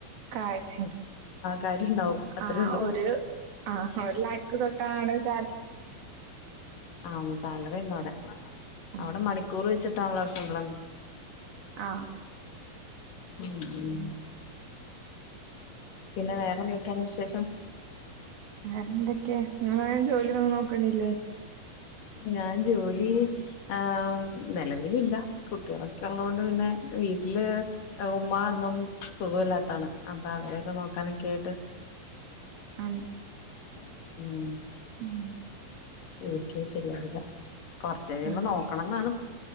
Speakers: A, on the right (about 80°); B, on the left (about 65°).
A: കാര്യ
B: കാര്യണ്ടാവും. അത്രേ
A: ആ
B: ഉള്ളൂ.
A: ഒരു ആ ഒരു ലക്ക് തൊട്ടാണ് സാ
B: ആ സാലറി ഉണ്ട് അവിടെ
A: ഉം
B: അവിടെ മണിക്കൂർ വെച്ചിട്ടാനല്ലോ ഉം
A: ആ
B: ഉം പിന്നെ വേറെ ന്തെക്കയാണ് വിശേഷം
A: വേറെ എന്തൊക്കെയ അങ്ങന ജോലി ഒന്നും നോക്കണല്ലേ
B: ഞാൻ ജോലി ആ നിലവിലില്ല കുട്ടികളൊക്കെ ഉള്ള കൊണ്ട് പിന്നെ വീട്ടില് ഉമ്മ ഒന്നും സുഖമല്ലാത്താണ് അപ്പൊ അവരൊക്കെ നോക്കാനൊക്കെ ആയിട്ട്
A: ആ
B: ഉം
A: ഉം
B: എക്ക ശരിയാവില്ല കുറച്ച കഴിയുമ്പോ
A: അതന്നെ
B: നോക്കണം എന്നാണ്